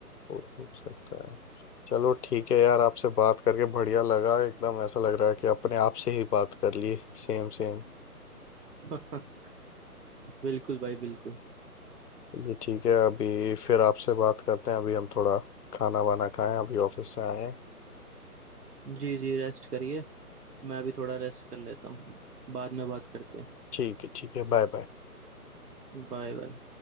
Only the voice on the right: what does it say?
<laughs> बिल्कुल भाई बिल्कुल
जी जी रेस्ट करिए मैं भी थोड़ा रेस्ट कर लेता हूँ बाद में बात करते हैं
Bye bye